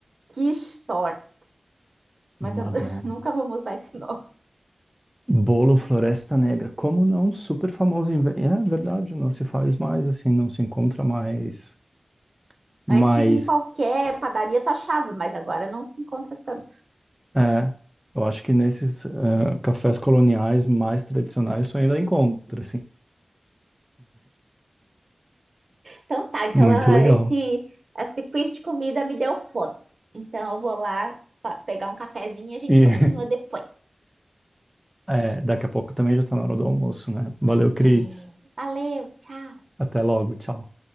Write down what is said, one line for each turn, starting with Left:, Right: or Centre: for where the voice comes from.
Right: Kirschtorte. Mas eu
Centre: Madonna.
Right: <laughs> nunca vamos usar esse nome.
Centre: Bolo Floresta Negra. Como não? Super famoso. Em... ve- É verdade, não se faz mais assim, não se encontra mais. Mas,
Right: Antes, em qualquer padaria, tu achava, mas agora não se encontra tanto.
Centre: é, eu acho que nesses é, cafés coloniais mais tradicionais isso ainda encontra, assim.
Right: Então tá, então
Centre: Muito
Right: ah,
Centre: legal.
Right: esse, esse quiz de comida me deu fome. Então eu vou lá fa- pegar um cafezinho e a gente
Centre: E
Right: continua depois.
Centre: <laughs> é, daqui a pouco também já tá na hora do almoço, né? Valeu, Cris.
Right: É, valeu, tchau.
Centre: Até logo, tchau.